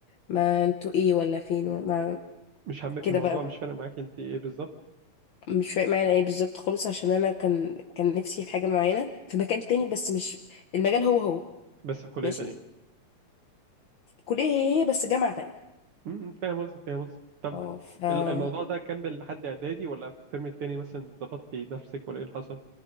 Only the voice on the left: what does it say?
ما انتوا ايه ولا فين ولا ما
كده
بقى
مش فاهم معنى ايه بالظبط خالص عشان انا كان كان نفسي في حاجة معينة في مكان تاني بس مش المجال هو هو
ماشي
كلية هي هي بس جامعة تانية
اه